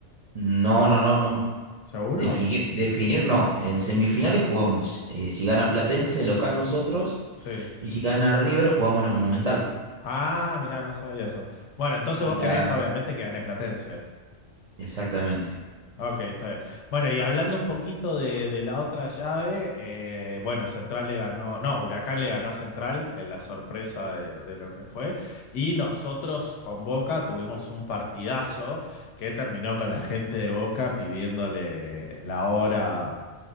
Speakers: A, on the right; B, on the left.
A: no, no, no, no.
B: ¿Seguro?
A: Definir, definir no. En semifinales jugamos. eh, si gana Platense, local nosotros.
B: Sí.
A: Y si gana River, jugamos en el Monumental.
B: Ah, mirá, no sabía eso. Bueno, entonces
A: Y
B: vos
A: la...
B: querés obviamente que gane Platense.
A: Exactamente.
B: Ok, está bien. Bueno, y hablando un poquito de, de la otra llave, eh, bueno, Central le ganó, no, Huracán le ganó a Central en la sorpresa de, de lo que fue. Y nosotros con Boca tuvimos un partidazo que terminó con la gente de Boca pidiéndole la hora,